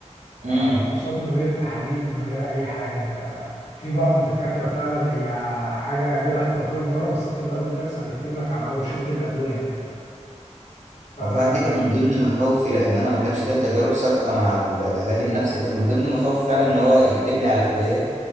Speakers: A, on the left (about 70°); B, on the right (about 80°).
A: آه،
B: مم.
A: خصوصا من غير تحاليل من غير اي حاجه انت في بعض الدكاتره فعلا هي حاجه غير احترافيه بالمره بس انت من اول جلسه بيكتب لك على روشته ادويه كده ف
B: هو فعلا دي كانت من ضمن مخاوفي لان انا ما كانش ليا تجارب سابقه مع ال- العلاج النفسي كانت من ضمن مخاوفي فعلا ان هو يكتب لي على ادويه